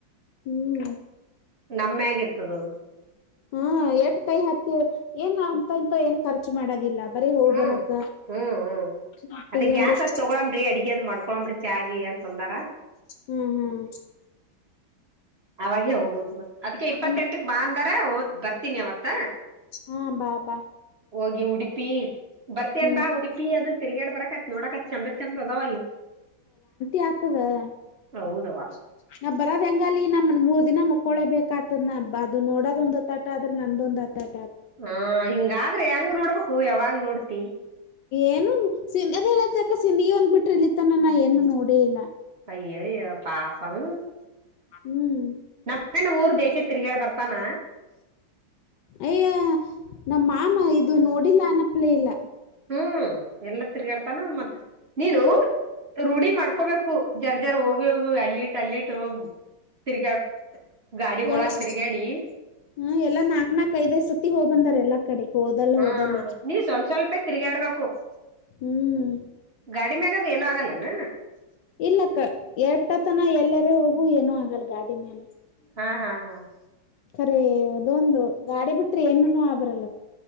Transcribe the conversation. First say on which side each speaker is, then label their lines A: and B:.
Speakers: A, on the left; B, on the right.
A: ಹ್ಮ್
B: ಕಮ್ಮಿ ಆಗಿರ್ತದ
A: ಹ್ಮ ಎಟ್ ಕೈ ಹತ್ತಿ ಏನ್ ಅಂತ ಅಂತ ಏನ್ ಖರ್ಚು ಮಾಡೋದಿಲ್ಲ ಬರೀ ಹೋಗ್
B: ಹ್ಮ್
A: ಬರಾಕ್ಕ
B: ಹ್ಮ್ ಹ್ಮ್
A: ಮಟ್ಟಿಗೆ
B: ಅದ ಗ್ಯಾಸ್
A: ಒಂದಿಷ್ಟ
B: ಅದ್ ತಗೊಳಮ್ರಿ ಅಡಿಗೆ ಅದ್ ಮಾಡ್ಕೊಳಮ್ರಿ ಚಾಗಿ ಅಂತ ಅಂದಾರ
A: ಹ್ಮ್ ಹ್ಮ್
B: ಅವಾಗ ಹೋಗುದು ಮತ್ತ ಅದಕ್ಕೆ ಇಪ್ಪತ್ತ
A: ಹ್ಮ್
B: ಎಂಟಕ್ ಬಾ ಅಂದಾರ ಹದ ಬರ್ತೀನಿ ಅವತ್ತ
A: ಹಾ ಬಾ ಬಾ
B: ಹೋಗಿ ಉಡುಪ ಬರ್ತ
A: ಹ್ಮ್
B: ಅನ್ ಬ ಉಡುಪಿ ಅದು ತಿರ್ಗೇಡ್ ಬರಕತ್ ನೋಡಕತ್ ಚಂದ ಚಂದ ಅದಾವ ಅಲ್ಲಿ
A: <unintelligible>
B: ಹೌದವ್ವ
A: ನಾವ್ ಬರೋದ ಹೆಂಗ ಅ ನಮ್ಮ ಮೂರ್ ದಿನ ಮುಕ್ಕೊಳೇಬೇಕ ಆತದ ನ ಅದು ನೋಡೋದ ಒಂದ್ ತಾಟ ಆದ್ರೆ ನಂದೊಂದ್ ಆತಾಟ
B: ಹಾ ಹಿಂಗಾದ್ರೆ ಹೆಂಗ ನೋಡ್ಬೇಕು ಯಾವಾಗ ನೋಡ್ತಿ
A: ಏನು ಅದೇ ಅಕ್ಕ ಸಿಂದಿಗೆ ಒಂದ್ ಬಿಟ್ರ ಇಲತ್ತನ ನಾ ಏನು ನೋಡೇ ಇಲ್ಲ
B: ಅಯ್ಯೋ ಅಯ್ಯ ಪಾಪಂ
A: ಹ್ಮ್
B: ನಮ್ಮ ಊರ್ ದೇಶ ತಿರುಗಾಡ ಬರ್ ಪ್ಪಾನ
A: ಅಯ್ಯ ನಮ್ಮ ಮಾಮ ಇದು ನೋಡಿಲ್ಲ ಅನಪ್ಲೇ ಇಲ್ಲ
B: ಹ್ಮ್ ಎಲ್ಲಾ ತಿರ್ಗಾಡ್ತಾನ ಮತ್ತ ನೀನು ರೂಢಿ ಮಾಡ್ಕೊ ಹಕೋಬೇಕು ಜರ್ ಜರ್ ಹೋಗಿ ಹೋಗು ಅಲ್ಲಿ ತಲ್ಲಿಟ್ಟು ತಿರ್ಗಾ ಗಾಡಿಗೊಳಗ
A: ಎಲ್ಲಾ
B: ತಿರ್ಗಾಡಿ
A: ಹ್ಮ್ ಎಲ್ಲಾ ನಾಕಕ್ ನಾಕಕ್ ಐದೈ್ ಸತಿ ಹೋಗ್ ಬಂದಾರ ಎಲ್ಲಾ ಕಡೆ ಹೋದಲ್
B: ಹಾ
A: ಹೋದಲ್ಲಿ
B: ನೀ ಸ್ವಲ್ಪ ಸ್ವಲ್ಪೇ ತಿರುಗಾಡ್ಬೇಕು
A: ಹ್ಮ್
B: ಗಾಡಿ ಮ್ಯಾಗದು ಏನ ಆಗಲ್ಲಾನ
A: ಇಲ್ಲಕ್ಕ ಎರಟತನ ಎಲ್ಲರ ಹೋಗು ಏನೂ ಆಗಲ್ ಗಾಡಿ ಮೇಾಲ
B: ಹಾ ಹಾ ಹಾ
A: ಖರ ಅದೊಂದು ಗಾಡಿ ಬಿಟ್ರೆ ಏನು ಆ ಬರಲ್ಲ